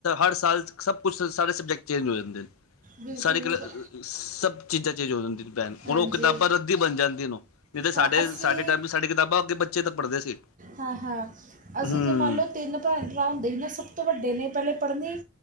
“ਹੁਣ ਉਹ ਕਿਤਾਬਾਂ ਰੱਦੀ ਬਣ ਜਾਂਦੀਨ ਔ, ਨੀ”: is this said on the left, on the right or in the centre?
Left